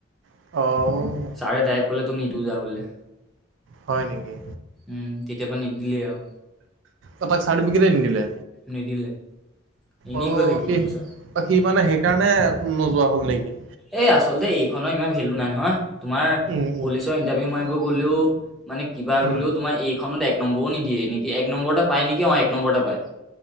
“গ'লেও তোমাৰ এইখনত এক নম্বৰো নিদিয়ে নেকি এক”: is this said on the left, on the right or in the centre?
Centre